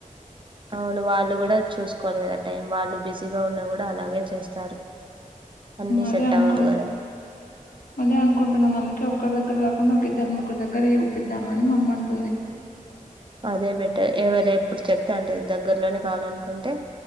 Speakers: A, on the right; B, on the left.
A: అవును వాళ్ళు కూడా చూసుకోవాలి కదట్ టైం వాళ్ళు బిజీగా ఉన్నా కూడా అలాగే చేస్తారు అన్నీ
B: అదే
A: సెట్
B: అనుకుంటు
A: అవ్వవు కదా
B: అదే అనుకుంటున్నాం అందుకు ఒకక్కరి దగ్గర కాకుండా ఒక ఇద్దరు ముగ్రు దగ్గర చూపిద్దామని మమ్మంటుంది
A: అదే బెటర్ ఎవరు ఎప్పుడు చెప్తే అంటే దగ్గర్లోనే కావాలనుకుంటే